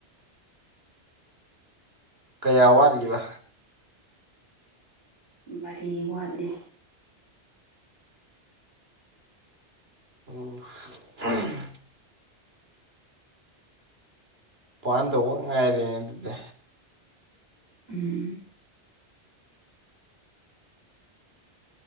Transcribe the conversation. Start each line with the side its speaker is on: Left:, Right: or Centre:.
Right: ꯀꯌꯥ ꯋꯥꯠꯂꯤꯕ
Left: ꯃꯔꯤ ꯋꯥꯠꯂꯤ
Right: <unintelligible> ꯄꯥꯟꯗꯧꯕ ꯉꯥꯏꯔꯦ ꯑꯗꯨꯗꯤ
Left: ꯎꯝ